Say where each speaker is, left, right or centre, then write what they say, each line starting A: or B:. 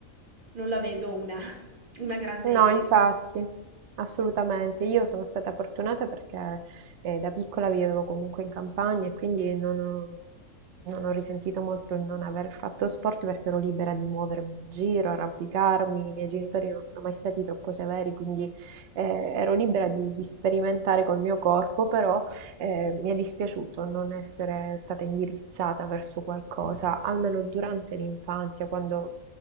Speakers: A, on the right; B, on the right.
A: non la vedo una, una grande
B: No,
A: idea.
B: infatti, assolutamente. Io sono stata fortunata perché eh, da piccola vivevo comunque in campagna e quindi non ho, non ho risentito molto il non aver fatto sport perché ero libera di muovermi in giro, arrampicarmi. I miei genitori non sono mai stati troppo severi, quindi eh, ero libera di, di sperimentare col mio corpo, però eh, mi è dispiaciuto non essere stata indirizzata verso qualcosa, almeno durante l'infanzia, quando